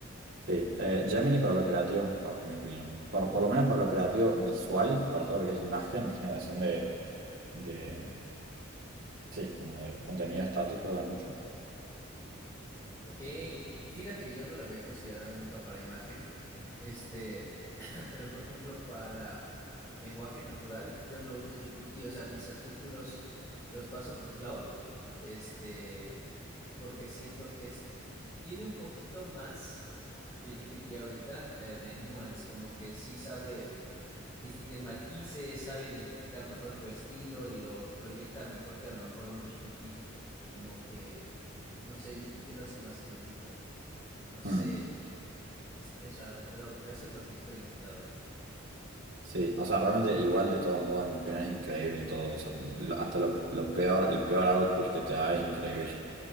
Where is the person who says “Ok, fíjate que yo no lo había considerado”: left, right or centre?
Left